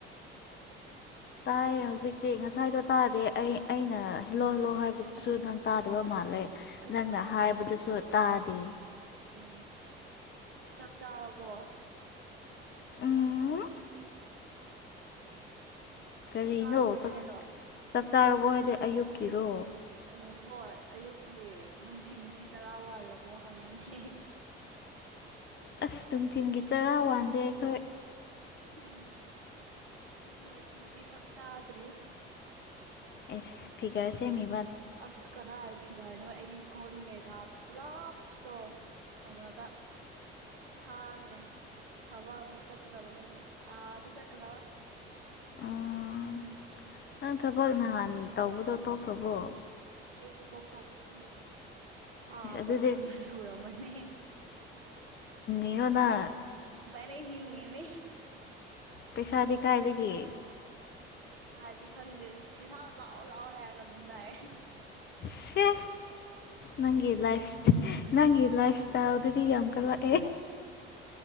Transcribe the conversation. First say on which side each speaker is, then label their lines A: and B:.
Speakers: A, on the left; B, on the right.
A: ꯇꯥꯏꯌꯦ ꯍꯧꯖꯤꯛꯇꯤ ꯉꯁꯥꯏꯗꯣ ꯇꯥꯗꯦ ꯑꯩ ꯑꯩꯅ ꯍꯦꯜꯜꯂꯣ ꯍꯤꯜꯂꯣ ꯍꯥꯏꯕꯗꯨꯁꯨ ꯅꯪ ꯇꯥꯗꯕ ꯃꯥꯜꯂꯦ
B: ꯑꯩꯁꯨ
A: ꯅꯪꯅ
B: ꯇꯥꯗꯦ
A: ꯍꯥꯏꯕꯗꯨꯁꯨ ꯇꯥꯗꯦ
B: ꯑꯣ ꯆꯥꯛ ꯆꯥꯔꯕꯣ
A: ꯎꯝ ꯀꯔꯤꯅꯣ
B: ꯆꯥꯗ꯭ꯔꯤ
A: ꯆꯥꯛ
B: ꯍꯥꯏꯔꯣ
A: ꯆꯥꯛ ꯆꯥꯔꯕꯣ ꯍꯥꯏꯗꯤ ꯑꯌꯨꯛꯀꯤꯔꯣ
B: ꯑꯣ ꯍꯣꯏ ꯑꯌꯨꯛꯀꯤ ꯅꯨꯡꯊꯤꯟꯒꯤꯗꯤ ꯇꯔꯥ ꯋꯥꯜꯂꯕꯣ ꯍꯪꯒꯅꯤ
A: ꯑꯁ ꯅꯨꯡꯊꯤꯟꯜꯒꯤ ꯆꯔꯥ ꯋꯥꯟꯗꯦ ꯑꯩꯈꯣꯏ
B: ꯎꯝ ꯑꯩꯁꯨ ꯉꯁꯤꯒꯤ ꯆ ꯆꯥꯗ꯭ꯔꯔꯤ
A: ꯑꯦ ꯐꯤꯒꯔꯁꯦ ꯃꯤ
B: ꯑꯁ ꯀꯔꯑ ꯐꯤꯒꯥ ꯀꯩꯅꯣ ꯑꯩꯒꯤ ꯀꯣꯟ ꯀꯩꯀꯥ ꯄꯨꯂꯥꯞꯇꯣ ꯀꯩꯅꯣꯗ ꯊꯥꯈ꯭ꯔꯦ ꯊꯕꯛ ꯑꯃ ꯆꯠꯀꯗꯕ ꯂꯩꯕ ꯑꯥꯗ ꯆꯠꯀꯗꯕ
A: ꯑꯣ ꯅꯪ ꯊꯕꯛ ꯅꯍꯥꯟ ꯇꯧꯕꯗꯣ ꯇꯣꯛꯈ꯭ꯔꯕꯣ
B: ꯏꯁ ꯑꯩ ꯊꯕꯛ ꯇꯧꯕ ꯀꯨꯏꯔꯦ ꯍꯥꯥ
A: ꯏꯁ ꯑꯗꯨꯗꯤ
B: ꯇꯔꯨꯀꯁꯨꯔꯣ ꯃꯅꯤ
A: ꯅꯣꯅ
B: ꯃꯅꯦ ꯍꯤꯡꯉꯅꯦ
A: ꯄꯩꯁꯥꯗꯤ ꯀꯥꯏꯗꯒꯤ
B: ꯄꯩꯁꯥꯗꯤ ꯈꯪꯗꯦꯁ ꯄꯩꯁꯥ ꯂꯥꯛꯑꯣ ꯂꯥꯛꯑꯣ ꯍꯥꯏꯔꯒ ꯑꯗꯨꯝ ꯂꯥꯛꯑꯦ
A: ꯁꯤ ꯅꯪꯒꯤ ꯂꯥꯏꯐꯇꯦ ꯅꯪꯒꯤ ꯂꯥꯏꯐ ꯏꯁꯇꯥꯏꯜꯗꯨꯗꯤ ꯌꯥꯝ ꯀꯠꯂꯛꯑꯦ